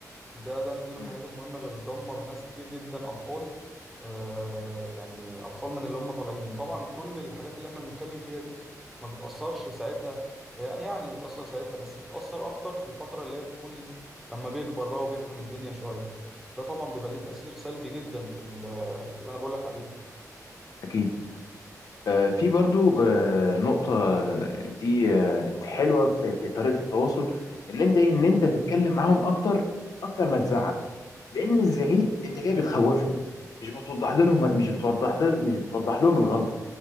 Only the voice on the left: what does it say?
مم.
مم.
اكيد آه في برضو آه نقطه آه، دي آه حلوه في, في طريقه التواصل ان انت ايه ان انت تتكلم معاهم اكتر اكتر ما تزعق لان الزعيق انت كده بتخوفهم مش بتوضح لهم مش بتوضح مش بتوضح لهم الغلطه